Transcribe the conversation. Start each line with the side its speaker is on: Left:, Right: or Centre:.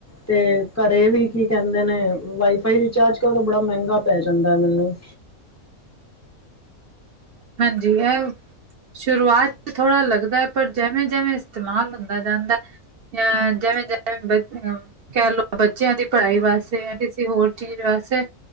Left: ਤੇ ਘਰੇ ਵੀ ਕੀ ਕਹਿੰਦੇ ਨੇ। ਵਾਈਫਾਈ ਰਿਚਾਰਜ ਕਰੋ ਬੜਾ ਮਹਿੰਗਾ। ਪੈ ਜਾਂਦਾ ਮੈਨੂੰ।
Right: ਹਾਂਜੀ ਹੈ। ਸ਼ੁਰੂਆਤ ਚ ਥੋੜ੍ਹਾ ਲੱਗਦਾ ਹੈ। ਪਰ ਜਿਵੇਂ ਜਿਵੇਂ ਇਸਤੇਮਾਲ ਹੁੰਦਾ ਜਾਂਦਾ। ਹ ਜਵੇ ਜਮ ਬਪੇ। ਕਹਿ ਲਓ ਬੱਚਿਆਂ ਦੀ ਪੜ੍ਹਾਈ ਵਾਸਤੇ। ਜਾਂ ਕਿਸੇ ਹੋਰ ਚੀਜ਼ ਵਾਸਤੇ।